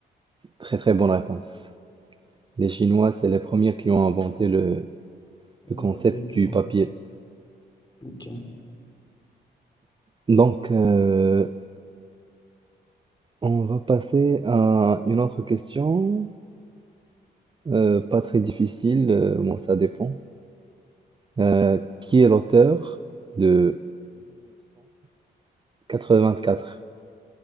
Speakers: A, on the right (about 25°); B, on the left (about 20°).
A: Très très bonne réponse. Les Chinois, c'est les premiers qui ont inventé le, le
B: euh,
A: concept
B: Le papier, du
A: du
B: coup.
A: papier.
B: Ok.
A: Donc, euh, On va passer à une autre question, euh, pas très difficile, euh, bon, ça dépend. Euh, qui est l'auteur de 1984?